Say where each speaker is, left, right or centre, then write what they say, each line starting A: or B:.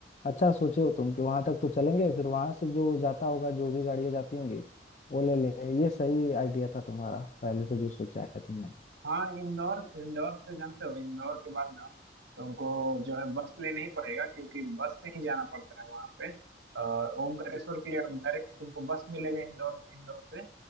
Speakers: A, on the left (about 40°); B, on the right (about 85°).
A: अच्छा सोचे हो तुम कि वहां तक तो चलेंगे फिर वहां से जो जाता होगा जो भी गाड़ियां जाती होंगी वो ले लेंगे ये सही आइडिया था तुम्हारा पहले से जो सोचा है तुमने
B: हाँ इंदौर इंदौर से जानते हो इंदौर के बाद ना तुमको जो है बस लेना ही पड़ेगा क्योंकि बस से ही जाना पड़ता है वहाँ पे अ, ओमकारेश्वर के लिए अब डायरेक्ट तुमको बस मिलेगा इंदौर इंदौर से